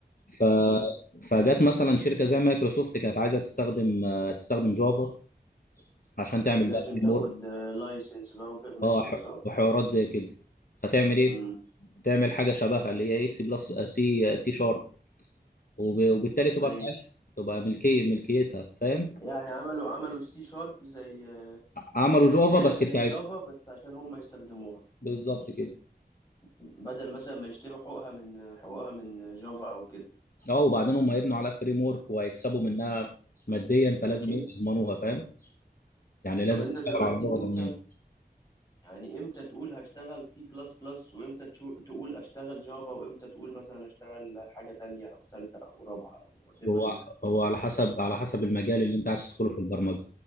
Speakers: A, on the left; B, on the left.
A: ف
B: امم
A: فجت مثلا شركه زي مايكروسوفت كانت عايزه تستخدم آه، تستخدم جافا عشان تعمل
B: لازم
A: بقى فريم
B: تاخد
A: ورك
B: لايسنس بقى وبرميشن
A: اه ح-
B: صح
A: وحوارات زي كده فتعمل ايه؟
B: امم
A: تعمل حاجه شبهها اللي هي ايه سي بلس سي سي شارب وب- وبالتالي تبقى
B: ماشي
A: بتاعتها تبقى ملكيه ملكيتها فاهم؟
B: يعني عملوا عملوا السي شارب زي
A: عملوا
B: آه،
A: جافا
B: زيها
A: بس
B: زي
A: بتاعت
B: جافا بس عشان هم يستخدموها
A: بالظبط كده
B: بدل مثلا ما يشتروا حقوقها من حقوقها من جافا او كده
A: اه وبعدين هم هيبنوا على فريم ورك وهيكسبوا منها ماديا فلازم
B: اكيد
A: إيه؟ يضمنوها فاهم يعني لازم
B: طب انت
A: تشتغل
B: دلوقتي
A: على لغه ضامنينها
B: امتى يعني امتى تقول هشتغل سي بلس بلس وامتى تشو- تقول اشتغل جافا وامتى تقول مثلا اشتغل حاجة تانية او تالتة او رابعة او وات ايفر
A: هو
B: يعني
A: هو على حسب على حسب المجال اللي انت عايز تدخله في البرمجه